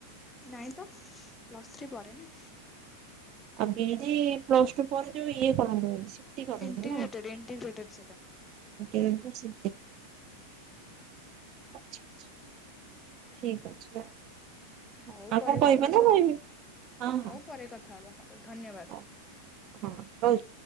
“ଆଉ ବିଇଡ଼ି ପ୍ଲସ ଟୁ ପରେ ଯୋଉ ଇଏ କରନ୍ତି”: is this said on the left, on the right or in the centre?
Right